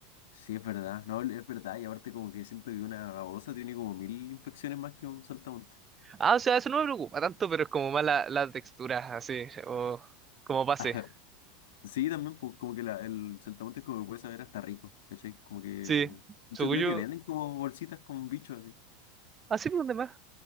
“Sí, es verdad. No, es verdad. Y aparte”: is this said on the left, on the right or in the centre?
Left